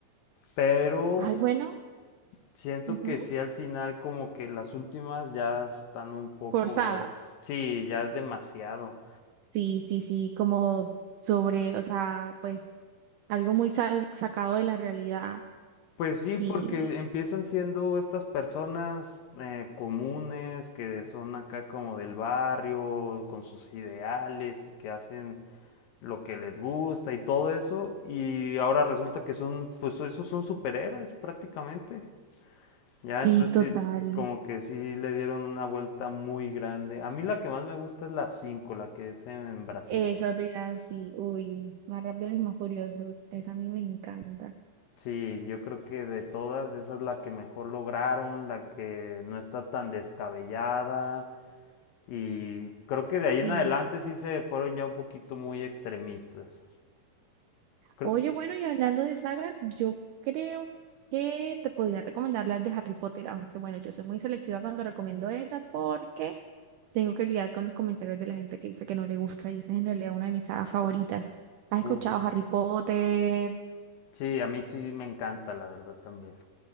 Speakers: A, on the left; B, on the right.
A: Pero
B: Ay, bueno,
A: siento
B: ujú,
A: que sí al final como que las últimas ya están un poco...
B: Forzadas.
A: Sí, ya es demasiado.
B: Sí, sí, sí, como sobre, o sea, pues algo muy sal- sacado de la realidad.
A: Pues sí,
B: Sí,
A: porque empiezan siendo estas personas eh, comunes que son acá como del barrio, con sus ideales y que hacen lo que les gusta y todo eso, y ahora resulta que son, pues esos son superhéroes prácticamente. Ya,
B: sí,
A: entonces
B: total.
A: como que sí le dieron una vuelta muy grande. A mí la que más me gusta es la 5, la que es en Brasil.
B: Eso te iba a decir, uy, más rápido y más furiosos. Esa a mí me encanta.
A: Sí, yo creo que de todas, esa es la que mejor lograron, la que no está tan descabellada, Y creo que de ahí
B: Sí.
A: en adelante sí se fueron ya un poquito muy extremistas. Creo-
B: Oye, bueno, y hablando de sagas, yo creo que te podría recomendar las de Harry Potter, aunque bueno, yo soy muy selectiva cuando recomiendo esa porque tengo que lidiar con los comentarios de la gente que dice que no le gusta y esa es en realidad una de mis sagas favoritas. ¿Has escuchado
A: uh,
B: Harry Potter?
A: sí, a mí sí me encanta, la verdad también.